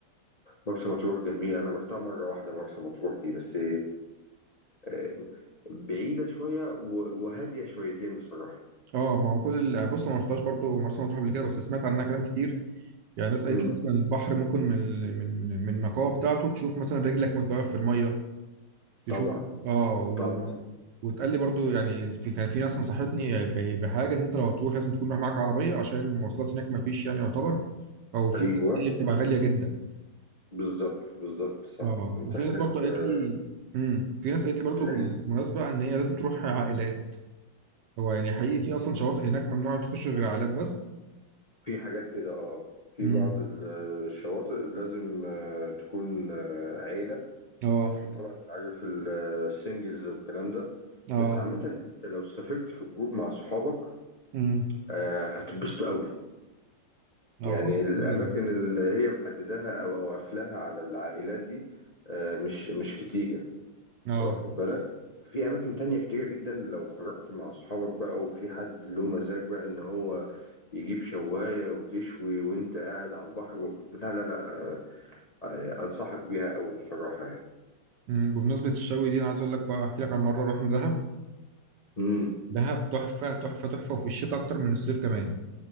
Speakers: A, on the left (about 80°); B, on the right (about 65°).
A: مرسى مطروح جميل انا رحتها مره واحده مرسى مطروح دي بس آه، بعيدة شوية و- وهادية شويتين بصراحة
B: اه ما هو كل ال- بص أنا ما رحتهاش برضو مرسى مطروح قبل كده بس سمعت عنها كلام كتير يعني ناس قالت
A: امم
B: لي اصلا البحر ممكن من من من النقاوه بتاعته تشوف مثلا رجلك وانت واقف في الميه تشوف
A: طبعا
B: اه وال...
A: طبعا
B: وتقال لي برضو يعني في كان في ناس نصحتني ب- بحاجه ان انت لو هتروح لازم تكون رايح معاك عربيه عشان المواصلات هناك ما فيش يعني يعتبر او في
A: أيوه
B: بس اللي بتبقى غاليه جدا
A: بالظبط بالظبط صح
B: اه
A: أنت
B: وفي
A: هناك
B: ناس برضو قالت
A: آه،
B: لي امم في ناس قالت لي برضو
A: إن
B: بالمناسبه
A: هن-
B: ان هي لازم تروح عائلات هو يعني حقيقي في اصلا شواطئ هناك ممنوع تخش غير عائلات بس
A: في حاجات كده أه في
B: امم
A: بعض ال- الشواطئ لازم آه، تكون آه، عيلة
B: اه
A: عشان طبعا أنت عارف ال- السنجلز والكلام ده
B: اه
A: بس عامة أنت لو سافرت في جروب مع صحابك
B: امم
A: آه، هتتبسطوا أوي
B: اه
A: يعني
B: بفكر
A: الأماكن
B: صدقني
A: اللي هي محددها أو أو قافلاها على العائلات دي آه، مش مش كتير
B: اه
A: واخد بالك في اماكن تانية كتيرة جدا لو خرجت مع اصحابك بقى وفي حد له مزاج بقى ان هو يجيب شواية وتشوي وانت قاعد على البحر و... لا لا لا آه، آه، انصحك بيها قوي بصراحة يعني
B: امم بمناسبه الشوي دي انا عايز اقول لك بقى احكي لك عن مره رحنا دهب
A: امم
B: دهب تحفه تحفه تحفه وفي الشتاء اكتر من الصيف كمان